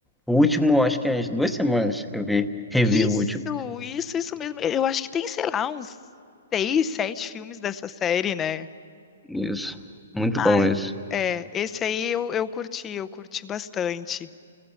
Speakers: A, in the centre; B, on the left (about 15°).
A: o último, acho que há umas duas semanas eu vi, revi
B: Isso,
A: o último.
B: isso, isso mesmo. Eu acho que tem, sei lá, uns seis, sete filmes dessa série, né?
A: Isso. Muito
B: Ah,
A: bom isso.
B: é. Esse aí eu, eu curti, eu curti bastante.